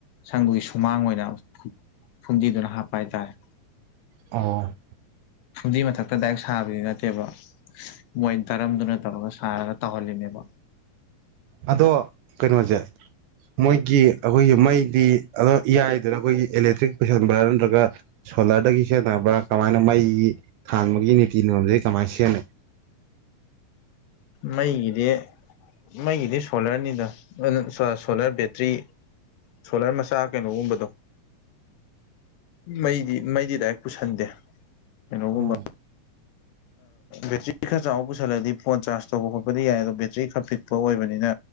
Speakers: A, on the left; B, on the right.
A: ꯁꯪꯗꯨꯒꯤ ꯁꯨꯃꯥꯡ ꯑꯣꯏꯅ ꯐꯨꯝꯗꯤꯗꯨꯅ ꯍꯥꯞꯄ ꯍꯥꯏꯇꯥꯥꯏ
B: ꯑ
A: ꯐꯨꯝꯗꯤ ꯃꯊꯛꯇ ꯗꯥꯏꯛ ꯁꯥꯕꯗꯤ ꯅꯠꯇꯦꯕ ꯃꯣꯏ ꯇꯔꯝꯗꯨꯅ ꯇꯧꯔꯒ ꯁꯥꯔꯒ ꯇꯧꯍꯜꯂꯤꯅꯦꯕ
B: ꯑꯗꯣ ꯀꯩꯅꯣꯁꯦ ꯃꯣꯏꯒꯤ ꯑꯩꯈꯣꯏꯒꯤ ꯃꯩꯗꯤ ꯑ ꯏꯌꯥꯏꯗꯅ ꯑꯩꯈꯣꯏꯒꯤ ꯏꯂꯦꯛꯇ꯭ꯔꯤꯛ ꯄꯨꯩꯁꯟꯕ꯭ꯔꯥ ꯅꯠꯇ꯭ꯔꯒ ꯁꯣꯂꯔꯗꯒꯤ ꯁꯖꯤꯟꯅꯅꯕ꯭ꯔꯥ ꯀꯃꯥꯏꯅ ꯃꯩꯒꯤ ꯊꯥꯡꯥꯟꯕꯒꯤ ꯅꯤꯇꯤ ꯅꯤꯌꯣꯝꯁ ꯀꯃꯥꯏꯅ ꯁꯖꯤꯟꯅꯩ <inaudible>
A: ꯃꯩꯒꯤꯗꯤ ꯃꯒꯤꯗꯤ ꯁꯣꯂꯔꯅꯤꯗ ꯑꯗꯨ ꯁꯣꯂꯔ ꯕꯦꯇ꯭ꯔꯤ ꯁꯣꯂꯔ ꯃꯆꯥ ꯀꯩꯅꯣꯒꯨꯝꯕꯗꯣ ꯃꯩꯗꯤ ꯃꯩꯗꯤ ꯂꯗꯥꯏꯦꯛ ꯄꯨꯁꯟꯗꯦ ꯀꯩꯅꯣꯒꯨꯝꯕ
B: ꯑꯣ
A: ꯕꯦꯇ꯭ꯔꯤ ꯈꯔ ꯆꯥꯎ ꯄꯨꯁꯜꯂꯛꯗꯤ ꯐꯣꯟ ꯆꯥꯔꯖ ꯇꯧꯕ ꯈꯣꯠꯄꯗꯤ ꯌꯥꯏ ꯑꯗꯣ ꯕꯦꯇ꯭ꯔꯤ ꯈꯔ ꯄꯤꯛꯄ ꯑꯣꯏꯕꯅꯤꯅ